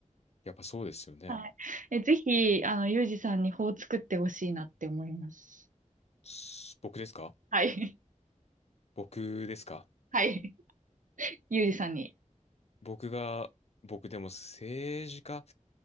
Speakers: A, on the left (about 55°); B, on the right (about 80°).
A: やっぱそうですよね。
B: はい。<laughs> え、ぜひ、あの、ゆうじさんに法を作ってほしいなって思います。
A: す僕ですか
B: はい。
A: 僕ですか
B: <laughs> はい。ゆうじさんに。
A: 僕が、僕でも政治家、